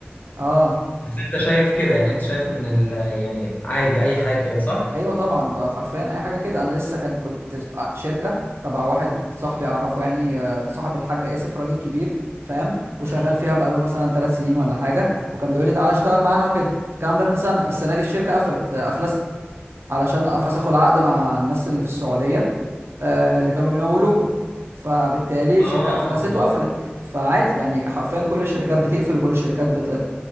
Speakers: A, on the right (about 85°); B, on the left (about 40°).
A: اه
B: بس انت شايف كده يعني انت شايف ان ال يعني عادي اي حاجه كده صح؟
A: ايوه طبعا ده حرفيا اي حاجه كده انا لسه كان كنت شركه تبع واحد صاحبي اعرفه يعني آه، صاحب الحاج اسف راجل كبير فاهم وشغال
B: مم.
A: فيها بقاله مثلا ثلاث سنين ولا حاجه وكان بيقول لي تعالى اشتغل معانا وكده الكلام ده من سنه السنه دي الشركه قفلت آه، افلست علشان فسخوا العقد مع الناس اللي في السعودية آه، اللي كانوا بيمولوهم فبالتالي الشركة
B: اه
A: أفلست وقفلت فعادي يعني حرفيا كل الشركات بتقفل وكل الشركات بت